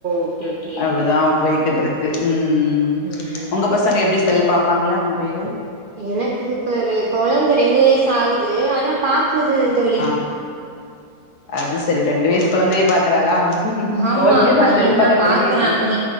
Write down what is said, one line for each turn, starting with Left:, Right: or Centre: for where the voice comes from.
Right: ஓகே ஓகே
Left: அப்டிதா போயி கிட்ருக்கு ம்
Right: ம்
Left: உங்க பசங்க எப்டி செல் பாப்பாங்களா மொபைலு
Right: எனக்கு இப்ப ஒரு கொழந்த ரெண்டு வயசு ஆகுது ஆனா பாக்குது தோழி
Left: ஆ அது செரி ரெண்டு வயசு கொழந்தையே பாக்குறாளா
Right: ஆமா
Left: அவளுக்கு எல்லா
Right: பையன்
Left: செல்
Right: தா
Left: பாக்க
Right: பாக்குற
Left: தெரியுது
Right: அப்புற